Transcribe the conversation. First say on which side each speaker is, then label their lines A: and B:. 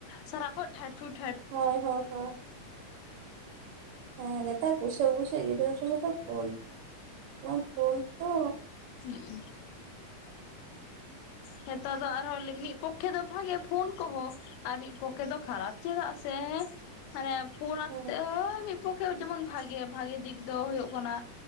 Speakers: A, on the left; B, on the right.
A: ᱥᱟᱨᱟᱠᱷᱚᱡ ᱴᱷᱟᱭ ᱴᱷᱩᱭ ᱴᱷᱟᱭ ᱴᱷᱩᱭ
B: ᱦᱳᱭ ᱦᱳᱭ ᱦᱳᱭ ᱦᱮᱸ ᱱᱮᱛᱟᱨ ᱵᱩᱥᱟᱹᱜ ᱵᱩᱥᱟᱹᱜ ᱜᱤᱫᱽᱨᱟᱹ ᱴᱷᱮᱱ ᱦᱚ ᱯᱷᱳᱱ ᱚᱱᱟ ᱯᱷᱳᱱ ᱛᱚ
A: ᱦᱩᱜ ᱩᱸ ᱦᱮᱸᱛᱚ ᱟᱫᱚ ᱟᱨᱦᱚᱸ ᱢᱤᱫ ᱯᱚᱠᱠᱷᱮ ᱫᱚ ᱵᱷᱟᱜᱮ ᱯᱷᱳᱱ ᱠᱚᱦᱚᱸ ᱟᱨ ᱢᱤᱜ ᱯᱚᱠᱷᱮ ᱫᱚ ᱠᱷᱟᱨᱟᱯ ᱪᱮᱫᱟᱜ ᱥᱮ ᱢᱟᱱᱮ ᱯᱷᱳᱱ ᱟᱛᱮ
B: ᱦᱮᱸ
A: ᱦᱚᱸ ᱢᱤ ᱢᱤᱯᱚᱠᱠᱷᱮ ᱡᱮᱢᱚᱱ ᱵᱷᱟᱜᱮ ᱵᱷᱟᱜᱮ ᱫᱤᱠ ᱫᱚ ᱦᱩᱭᱩᱜ ᱠᱟᱱᱟ